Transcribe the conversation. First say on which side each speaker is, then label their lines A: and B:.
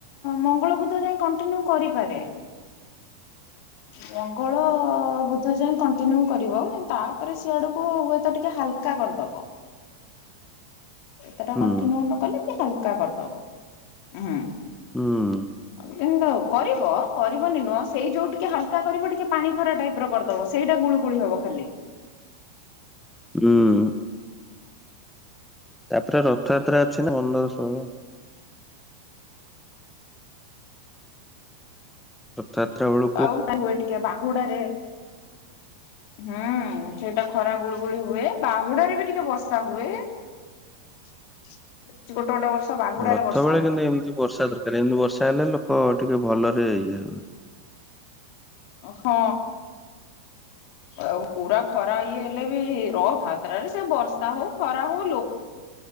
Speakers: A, on the left; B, in the centre.
A: ମଙ୍ଗଳ, ବୁଧ ଯାଏ କଣ୍ଟିନ୍ୟୁ କରିପାରେ ମଙ୍ଗଳ ମଙ୍ଗଳ, ବୁଧ ଯାଏ କଣ୍ଟିନ୍ୟୁ କରିବ କିନ୍ତୁ ତାପରେ ସିଆଡ଼କୁ ହୁଏତ ଟିକେ ହାଲକା କରିଦବ। ଏତେଟା
B: ହୁଁ
A: କଣ୍ଟିନ୍ୟୁ ନକଲେବି ହାଲକା କରିଦବ ହୁଁ।
B: ହୁଁ।
A: କିନ୍ତୁ କରିବ କରିବନି ନୁଆ ସେଇ ଯୋଉ ଟିକେ ହାଲକା କରିବ ଟିକେ ପାଣି ଖରା ଟାଇପର କରିଦବ ସେଇଟା ଗୁଳୁଳି ହବ ଖାଲି।
B: ହୁଁ। ତାପରେ ରଥଯାତ୍ରା ଅଛିନା ଅନସୁ ରଥଯାତ୍ରା ବେଳୁ
A: ଆଉ ହୁଏ ଟିକେ ବାହୁଡ଼ାରେ। ହୁଁ ସେଇଟା ଖରା ଗୁଳୁଗୁଳି ହୁଏ ବାହୁଡ଼ାରେବି ଟିକେ ବର୍ଷା ହୁଏ। ଗୋଟେ ଗୋଟେ ବର୍ଷ ବାହୁଡ଼ାରେ
B: ରଥ
A: ବର୍ଷା
B: ବେଳେ
A: ହୁଏ।
B: <unintelligible> ବର୍ଷା ଦରକାର୍ ଏମିତି ବର୍ଷା ହେଲେ ଲୋକ ଟିକେ ଭଲରେ ଇଏ ହେବେ।
A: ହଁ। ଆଉ ପୁରା ଖରା ଇଏ ହେଲେ ବି ର ଭାତ୍ରାରେ ସେ ବର୍ଷା ହଉ ଖରା ହଉ ଲୋ